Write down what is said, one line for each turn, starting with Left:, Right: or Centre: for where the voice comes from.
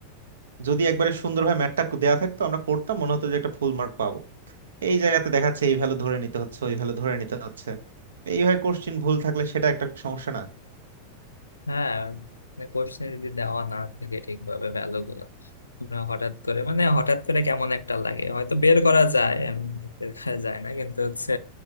Right: যদি একবারে সুন্দরভাবে ম্যাথটা দেয়া থাকতো আমরা করতাম মনে হতো যে একটা ফুল মার্ক পাবো এই জায়গাতে দেখাচ্ছে এই ভ্যালু ধরে নিতে হচ্ছে ওই ভ্যালু ধরে নিতে হচ্ছে এইভাবে কোশ্চেন ভুল থাকলে সেটা একটা সমস্যা না
Left: হ্যাঁ কোশ্চেন যদি দেওয়া না থাকে ঠিকভাবে ভ্যালু গুলো তোমরা হঠাৎ করে মানে হঠাৎ করে কেমন একটা লাগে হয়তো বের করা যায় এমনি বের করা যায় না কিন্তু হচ্ছে